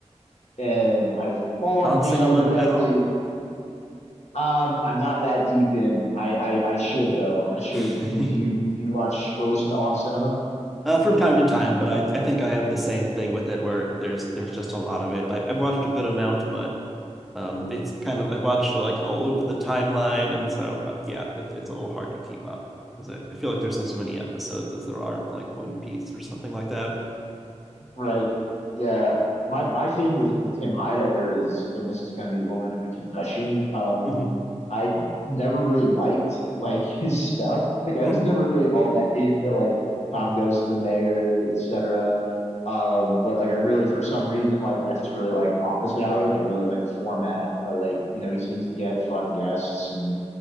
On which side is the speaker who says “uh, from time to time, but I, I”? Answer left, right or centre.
Centre